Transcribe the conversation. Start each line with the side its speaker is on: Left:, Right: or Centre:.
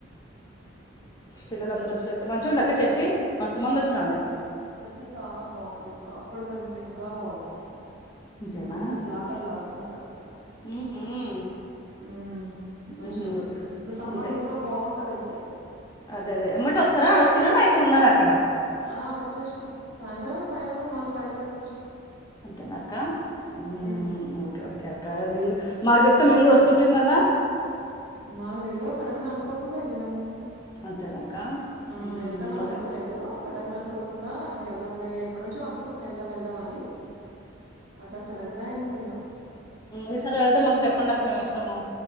Left: పిల్లలందరు వచ్చినతే మంచిగా ఉందా అక్క చేర్చి మస్తు మంది వచ్చినాలే
Right: చేర్చి చాలా బాగుంది ఇప్పుడు అప్పడు కనిపి ఇంకా బాగుంది
Left: అంతేనా
Right: అంత జాతరలాగుంది అక్కడంతా
Left: మ్మ్హ్మ్.
Right: ఉమ్ మంచిగా
Left: మ్మ్హ్మ్.
Right: ఉంది ఇప్పుడు సమ్మర్లో
Left: అంతే
Right: ఇంకా బాగుంటది వెళ్తే
Left: అదే అదే ఎమ్మటె వస్తారా వచ్చారా నైట్ ఉన్నారా అక్కడ
Right: ఆ వచ్చేసినాం సాయంత్రమే ఫైవ్ ఓ క్లాక్ మళ్ళీ బయలుదేరి వచ్చేసినాం
Left: అంతేనా అక్క ఉమ్
Right: హ్మ్
Left: ఒకే కేకా మేము కూడా మాకు చెప్తే మేము కూడా వస్తుంటిం కదా
Right: మాకు తెల్వద్ సడెన్గానే అనుకోకుండానే వెళ్ళినాము
Left: అంతేనక్క
Right: ఆ
Left: ఉమ్,
Right: వెళ్తామని
Left: ఓకే
Right: అనుకోలేదు సడన్ గా అనుకో కుండా ఇంకెళ్దాం లే ఎప్పుడు నుంచో అనుకుంటన్నా వెదాం వెదామని అట్లా సడగ్గా వెళ్ళిపోయినా
Left: ఈ సారి వెళ్తే మాకు చెప్పండి అక్క మేము వస్తాము